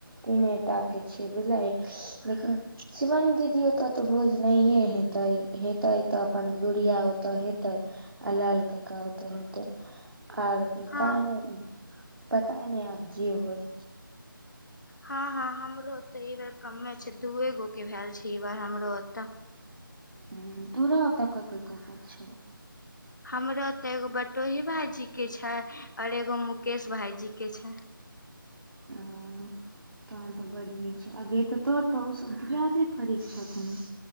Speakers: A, on the right; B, on the left.
A: तीने टाके छै बुझलही लेकिन शिवानी दीदी ओतऽ तऽ भोज नहिए हेतै। हेतै तऽ अपन गुड़िया ओतऽ हेतै आ लाल कका ओतऽ हेतै। आर पता
B: हँ
A: नै पता नै आब जे होइ।
B: हँ हँ हमरो ओते ई बार कमे छै दूए गो के भेल छै ई बार हमरो ओतऽ।
A: हूँ तोरा ओतऽ ककर- ककर छौ?
B: हमरा तऽ एगो बटोही भाईजी के छै और एगो मुकेश भाईजी के छै।
A: हँ तहन तऽ बडिये छौ अगे तऽ तोर तऽ ओ सब दियादे- फरिक छथुन।